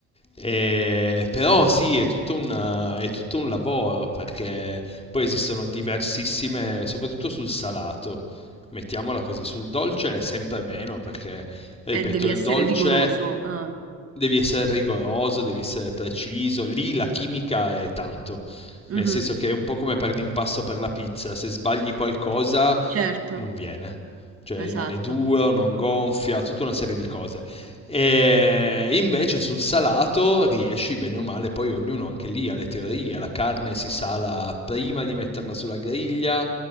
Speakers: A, on the left (about 20°); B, on the right (about 50°).
A: eh, però sì, è tutto un, è tutto un lavoro perché poi esistono diversissime, soprattutto sul salato. Mettiamola così, sul dolce è sempre meno perché ripeto,
B: Eh, devi essere
A: il dolce
B: rigoroso. ah,
A: devi essere rigoroso, devi essere preciso, lì la chimica è tanto,
B: mhm.
A: nel senso che è un po' come per l'impasto per la pizza, se sbagli qualcosa
B: Certo,
A: non viene, cioè rimane
B: esatto,
A: duro, non gonfia, tutta una serie di cose. E invece sul salato riesci bene o male, poi ognuno anche lì ha le teorie, la carne si sala prima di metterla sulla griglia,